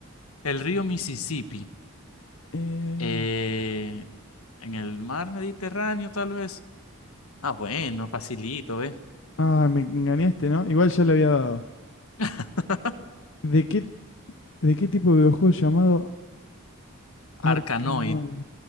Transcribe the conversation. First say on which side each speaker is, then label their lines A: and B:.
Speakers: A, on the left (about 75°); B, on the left (about 55°).
A: El río Mississippi.
B: Eh,
A: Eh, en el mar Mediterráneo, tal vez. Ah, bueno, facilito, ¿eh?
B: Ah, me engañaste, ¿no? Igual ya le había dado.
A: <laughs>
B: ¿De qué, de qué tipo de videojuego llamado Arkanoid?
A: Arcanoid.